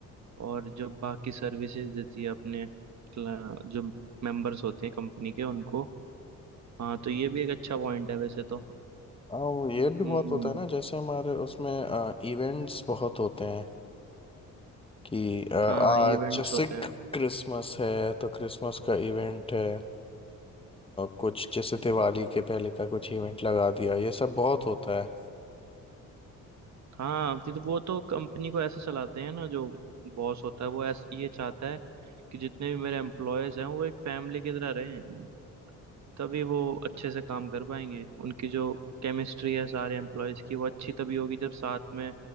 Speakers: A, on the right; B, on the left.
A: और जो बाकी सर्विसेज देती है अपने क्ला- जो मेंबर्स होते हैं कंपनी के उनको हाँ तो ये भी एक अच्छा पॉइंट है वैसे तो
B: हाँ वो ये भी
A: हम्म
B: बहुत होता है ना जैसे हमारे उसमें इवेंट्स बहुत होते हैं कि अ, आज
A: हाँ इवेंट्स
B: जैसे
A: होते हैं
B: क्रिसमस है तो क्रिसमस का इवेंट है आ, कुछ जैसे दिवाली के पहले का कुछ इवेंट लगा दिया ये सब बहुत होता है
A: हाँ फिर वो तो कंपनी को ऐसे चलाते हैं ना जो बॉस होता है वो ऐस ये चाहता है कि जितने भी मेरे एम्प्लॉयज हैं वो एक फैमिली की तरह रहें तभी वो अच्छे से काम कर पाएंगे उनकी जो केमिस्ट्री है सारे एम्प्लॉयज की वो अच्छी तभी होगी जब साथ में